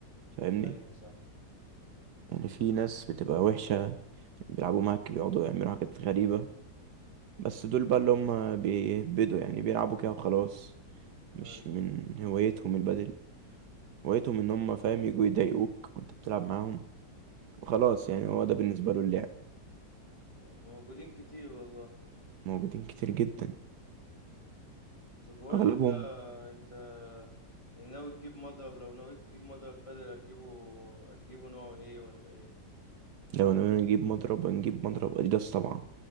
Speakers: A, on the right; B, on the left.
A: فاهمني
B: ايوه صح
A: يعني في ناس بتبقى وحشة بيلعبوا معاك بيقعدوا يعملوا حاجات غريبة بس دول بقى اللي هم بيهبدوا يعني بيلعبوا كده وخلاص مش
B: ايوه
A: من هوايتهم البدل هوايتهم ان هم فاهم يجوا يضايقوك وانت بتلعب معاهم وخلاص يعني هو ده بالنسبة له اللعب
B: موجودين كتير والله
A: موجودين كتير جدا
B: طب قول
A: أغلبهم
B: لي بقى انت يعني ناوي تجيب مضرب لو نويت تجيب مضرب بادل هتجيبه هتجيبه نوع ايه ولا ايه
A: لو انا نجيب مضرب نجيب مضرب اديداس طبعا